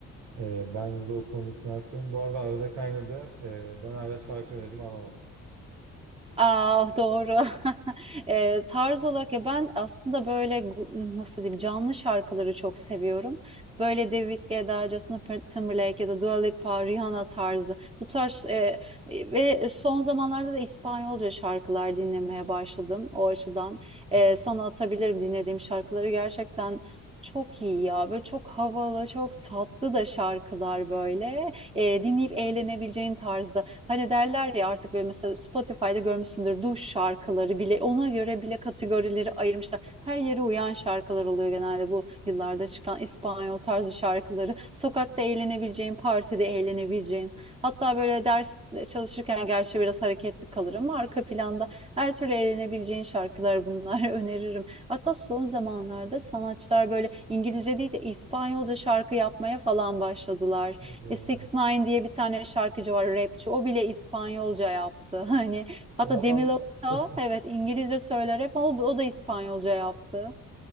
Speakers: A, on the right (about 80°); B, on the right (about 20°).
A: e, bence de o konusunu haklıyorum. Bu arada arada kaynadı. E, ben hala şarkı önerimi alamadım. <laughs>
B: Aa, doğru. <laughs> Eee, tarz olarak ya ben aslında böyle gu- nasıl diyeyim canlı şarkıları çok seviyorum. Böyle David Guetta, Justin Timber- Timberlake ya da Dua Lipa, Rihanna tarzı. Bu tarz eee, e, ve son zamanlarda da İspanyolca şarkılar dinlemeye başladım. O açıdan Eee,
A: Hmm.
B: sana atabilirim dinlediğim şarkıları gerçekten çok iyi ya. Böyle çok havalı, çok tatlı da şarkılar böyle e, dinleyip eğlenebileceğin tarzda. Hani derler ya artık böyle mesela Spotify'da görmüşsündür duş şarkıları bile ona göre bile kategorileri ayırmışlar. Her yere uyan şarkılar oluyor genelde bu yıllarda çıkan İspanyol tarzı şarkıları. Sokakta eğlenebileceğin, partide eğlenebileceğin. Hatta böyle ders çalışırken gerçi biraz hareketli kalır ama arka planda her türlü eğlenebileceğin şarkılar bunlar <laughs> öneririm. Hatta son zamanlarda sanatçılar böyle İngilizce değil de İspanyolca şarkı yapmaya falan başladılar.
A: Hadi ya.
B: E, 6 ix diye bir tane şarkıcı var, rapçi. O bile İspanyolca yaptı. <laughs> Hani hatta
A: O adam
B: Demi Lovato
A: <laughs>
B: evet İngilizce söyler hep ama o, o da İspanyolca yaptı.